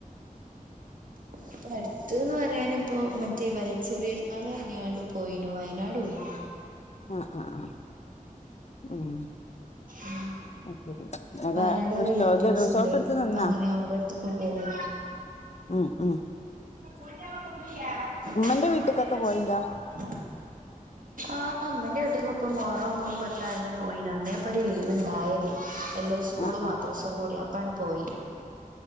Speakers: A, on the right (about 70°); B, on the left (about 50°).
A: <inaudible> ഇപ്പടുത്ത്‌ന്ന് പറയാന് ഇപ്പോ മറ്റേ വലി ചെറിയൊരുന്നാൾ കഴിഞ്ഞിങാണ്ട് പോയിനു വയനാട് പോയിനു
B: ആആആഹ് ഉം
A: ഉം
B: ശരി അതെ
A: വയനാട്
B: റിസോ
A: റിലേറ്റീവ്സ്
B: ഇത് റിസോർട്ട്
A: ഇണ്ട്
B: എടുത്ത്
A: അപ്പൊ
B: നിന്നാ
A: അങ്ങനെ അവരട്ത്ത്ക്ക് പോവും
B: ഉം ഉം
A: <unintelligible>
B: ഉമ്മന്റെ വീട്ടിക്കൊക്കെ പോയിണ്ടോ
A: <inaudible> ആമ്മന്റെ വീട്ടിലിപ്പ മുഹറംമ്പതും പത്തായി പോയി ന്ന് അന്നേപ്പൊ ഒരു ലീവ്ണ്ടായത് എല്ലാം സ്കൂളും
B: ആ ആ
A: മദ്രസും കൂടി അപ്പ അണ് പോയി